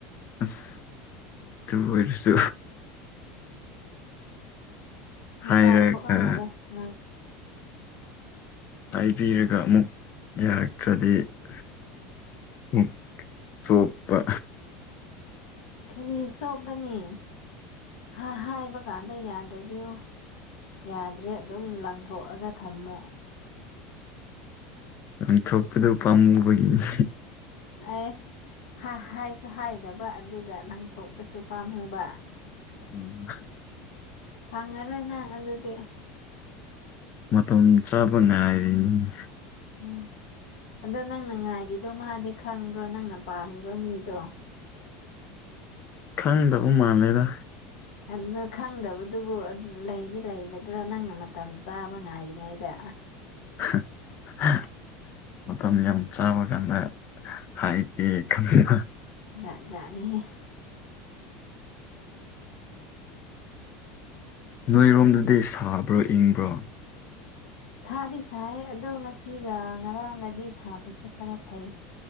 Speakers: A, on the left; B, on the left.
A: ꯑꯁ ꯇꯨ ꯑꯣꯏꯔꯁꯨ
B: ꯅꯨꯄꯥ
A: ꯍꯥꯏꯔꯒ
B: ꯊꯣꯛꯑꯝꯃꯔꯣꯢ ꯅꯪ
A: ꯍꯥꯏꯕꯤꯔꯒ ꯑꯃꯨꯛ ꯌꯥꯔꯛꯇ꯭ꯔꯗꯤ ꯑꯁ ꯎꯝ ꯆꯣꯞꯄ
B: ꯀꯔꯤ ꯆꯣꯞꯀꯅꯤ ꯍꯥꯏꯕ ꯀꯥꯟꯗ ꯌꯥꯗ꯭ꯔꯗꯤ ꯑꯣ ꯌꯥꯗ꯭ꯔꯦ ꯑꯗꯨꯝ ꯂꯪꯊꯣꯛꯑꯒ ꯊꯝꯃꯣ
A: ꯂꯪꯊꯣꯛꯄꯗꯨ ꯄꯥꯝꯃꯨꯕꯒꯤꯅꯤ
B: ꯑꯁ ꯍꯥꯏꯁꯨ ꯍꯥꯏꯗꯕ ꯑꯗꯨꯒ ꯂꯪꯊꯣꯛꯄꯁꯨ ꯄꯥꯝꯃꯨꯕ
A: ꯑꯣ <inaudible>
B: ꯐꯪꯉꯔꯣꯏ ꯅꯪ ꯑꯗꯨꯗꯤ
A: ꯃꯇꯝ ꯆꯥꯕ ꯉꯥꯏꯔꯤꯅꯤꯅꯦ
B: ꯎꯝ ꯑꯗꯣ ꯅꯪꯅ ꯉꯥꯏꯔꯤꯗꯣ ꯃꯥꯗꯤ ꯈꯪꯕ꯭ꯔꯣ ꯅꯪꯅ ꯄꯥꯝꯃꯤꯕ ꯃꯤꯗꯣ
A: ꯈꯪꯗꯕ ꯃꯥꯜꯂꯦꯗ
B: ꯑꯗꯨ ꯈꯪꯗꯕꯗꯨꯕꯨ ꯂꯩꯗꯤ ꯂꯩꯒꯗ꯭ꯔꯣ ꯅꯪꯅ ꯃꯇꯝ ꯆꯥꯕ ꯉꯥꯏꯔꯤꯉꯩꯗ
A: <unintelligible> ꯃꯇꯝ ꯌꯥꯝ ꯆꯥꯕ ꯀꯥꯟꯗ ꯍꯥꯏꯒꯦ ꯈꯟꯕ
B: ꯖꯠ ꯖꯠꯅꯤꯍꯦ
A: ꯅꯣꯏꯔꯣꯝꯗꯗꯤ ꯁꯥꯕ꯭ꯔꯣ ꯏꯪꯕ꯭ꯔꯣ
B: ꯁꯥꯗꯤ ꯁꯥꯏ ꯑꯗꯣ ꯉꯁꯤꯒ ꯉꯔꯥꯡꯒꯗꯤ ꯁꯥꯕꯁꯦ ꯈꯔ ꯐꯩ